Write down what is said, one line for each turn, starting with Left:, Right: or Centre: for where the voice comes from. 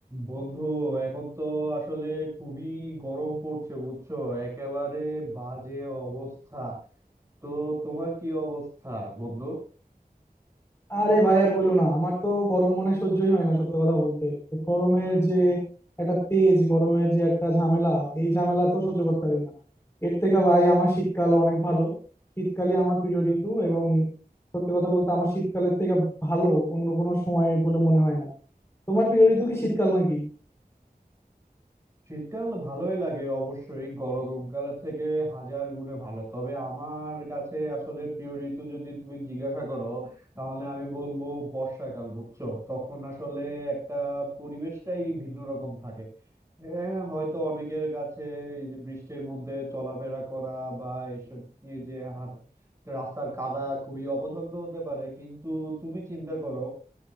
Right: বন্ধু এখন তো আসলে খুবই গরম পড়ছে বুঝছো একেবারে বাজে অবস্থা তো তোমার কি অবস্থা বন্ধু
Left: আরে ভাই আর বইলো না আমার তো গরম মনে সহ্যই হয় না সত্যি কথা বলতে গরমের যে একটা তেজ গরমের যে একটা ঝামেলা এই ঝামেলা তো সহ্য করতে পারি না এর থেকে ভাই আমার শীতকাল অনেক ভালো শীতকালই আমার প্রিয় ঋতু এবং সত্যি কথা বলতে আমার শীতকালের থেকে ভালো অন্য কোনো সময় বলে মনে হয় না তোমার প্রিয় ঋতু কি শীতকাল নাকি
Right: শীতকাল ভালোই লাগে অবশ্যই গরমকালের থেকে হাজার গুণে ভালো তবে আমার কাছে আসলে প্রিয় ঋতু যদি তুমি জিজ্ঞাসা করো তাহলে আমি বলবো বর্ষাকাল বুঝছো তখন আসলে একটা পরিবেশটাই ভিন্ন রকম থাকে হ্যাঁ হয়তো অনেকের কাছে এই যে বৃষ্টির মধ্যে চলাফেরা করা বা এইসব এই যে হাঁট- রাস্তার কাদা খুবই অপছন্দ হতে পারে কিন্তু তুমি চিন্তা করো